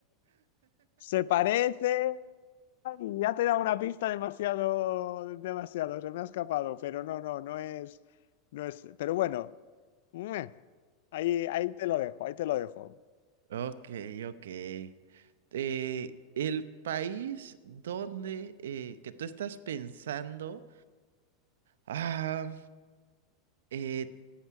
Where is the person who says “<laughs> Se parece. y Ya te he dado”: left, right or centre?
Left